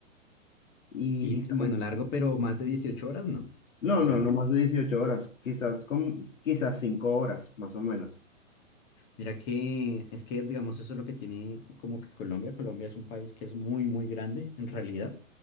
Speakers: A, on the left; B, on the left.
A: y,
B: Y
A: y tal.
B: bueno, largo, pero más de 18 horas no.
A: No,
B: O sea,
A: no, no más de 18 horas, quizás, con, quizás 5 horas, más o menos.
B: Mira que es que, digamos, eso es lo que tiene como que Colombia. Colombia es un país que es muy, muy grande en realidad.